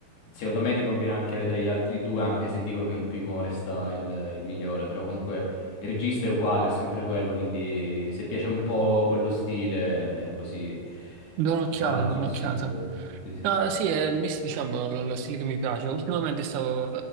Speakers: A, on the left (about 75°); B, on the right (about 75°).
A: secondo me ti conviene anche vedere gli altri due, anche se dicono che il primo resta il, il migliore, però comunque il regista è uguale, è sempre quello, quindi se piace un po' quello stile, così
B: Do un'occhiata,
A: ti va sul
B: do un'occhiata.
A: sicuro. Sì, sì,
B: No,
A: sì.
B: sì, è il mix, diciamo, lo, lo stile che mi piace. Ultimamente stavo